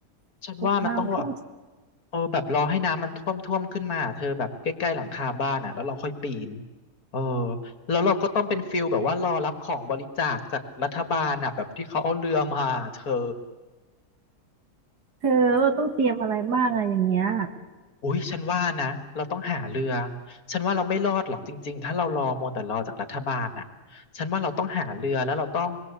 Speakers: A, on the right; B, on the left.
A: ำน้ำท่วม
B: ฉันว่ามันต้องแบบเออแบบรอให้น้ำมันท่วมท่วมขึ้นมาเธอแบบใกล้ๆหลังคาบ้านอ่ะแล้วเราค่อยปีนเออแล้วเราก็ต้องเป็นฟิลแบบว่ารอรับของบริจาคจากรัฐบาลอ่ะแบบที่เขาเอาเรือมาเธอ
A: เธอเราต้องเตรียมอะไรบ้างอะอย่างเงี้ย
B: อุ้ยฉันว่านะเราต้องหาเรือฉันว่าเราไม่รอดหรอกจริงๆถ้าเรารอมัวแต่รอจากรัฐบาลน่ะฉันว่าเราต้องหาเรือแล้วเราต้อง